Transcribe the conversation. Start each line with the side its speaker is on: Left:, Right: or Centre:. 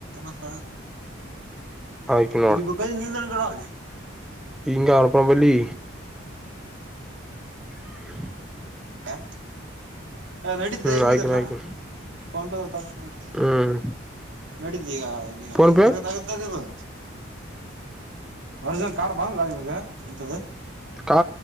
Right: ಮಸ
Centre: ಹಾಕಿ
Right: ಎಲ್ಲಿ ಬೇಕ ಅಲ್ಲೇ ನಿಲ್ದಣ್ಣ ಗಿಂಡಿ ಆವಲೆ
Centre: ಹಿಂಗೆ ಆವಪ್ಪಾ ನಮ್ಮ ಬಲ್ಲಿ <inaudible>
Right: ಹ ಹ ನಡೀತದ್ದ
Centre: ಹ್ಮ್
Right: ಹೆಂಗಿದರನಾ
Centre: ಹಾಕಿನ ಹಾಕಿನ
Right: ಫೋನ್ಪೇದ ತಗ ನಡೀತ
Centre: ಹ್ಮ್
Right: ನಡೀತು ಈಗ
Centre: ಫೋನ್
Right: ಇದರಾಗ
Centre: ಪೇ
Right: ತಗದಗದು ಒರಿಜಿನಲ್ ಕಾರ್ಡ್ ಬಂದಧ ನಿನಗ ಇಂಥದ
Centre: ಕಾ